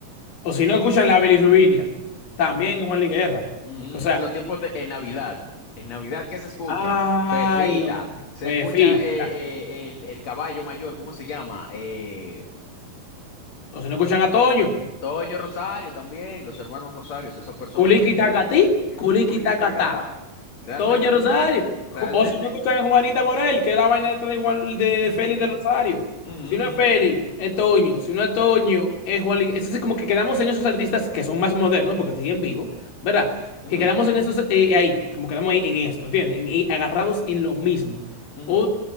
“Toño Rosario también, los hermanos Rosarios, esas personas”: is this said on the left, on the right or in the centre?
Left